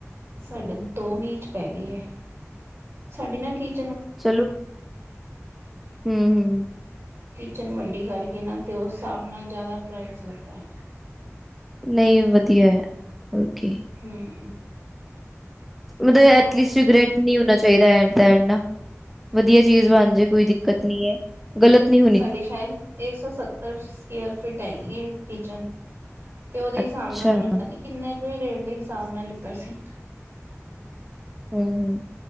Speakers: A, on the right; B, in the centre.
A: ਸਾਡਾ ਦੋਵੀਂਚ ਪੈ ਗਈ ਹੈ ।ਸਾਡੀ ਨਾ ਕੀਚ
B: ਚਲੋ ਹਮ ਹਮ।
A: ਕਿਚਨ ਵੱਡੀ ਕਰਕੇਿ ਨਾ ਅਤੇ ਉਸ ਹਿਸਾਬ ਨਾਲ ਜ਼ਿਆਦਾ ਪ੍ਰਾਈਜ਼ ਲੱਗਦਾ ਹੈ।
B: ਨਹੀਂ ਵਧੀਆ ਹੈ ਹੋਰ ਕੀ।
A: ਹਮ
B: ਮਤਲਬ
A: ਹੋਰ
B: ਐਟਲੀਸਟ ਰਿਗਰੈਟ ਨਹੀਂ ਹੋਣਾ ਚਾਹੀਦਾ ਐਡ ਦਾ ਐ। ਵਧੀਆ ਚੀਜ਼ ਬਣ ਜਾੇ ਕੋਈ ਦਿੱਕਤ ਨੀ ਹੈ। ਗਲਤ ਨਹੀਂ।
A: ਸਾਡੀੇ ਸ਼ਾਇਦ ਇੱਕ ਸੌ ਸੱਤਰ ਸਕਿਅਰ ਫਿਟ ਹੈਗੀ ਏ ਕਿਚਨ ਤੇ ਉਹਦੇ
B: ਅੱਛਾ
A: ਹਿਸਾਬ ਨਾਲ ਉਹਨੇ
B: ਹੂੰ,
A: ਪਤਾ ਨੀ ਕਿੰਨੇ ਕੁ ਰੇਟ ਦੇ ਹਿਸਾਬ ਨਾਲ ਲਿੱਤਾ ਸੀ।
B: ਹਮ, ਹਮ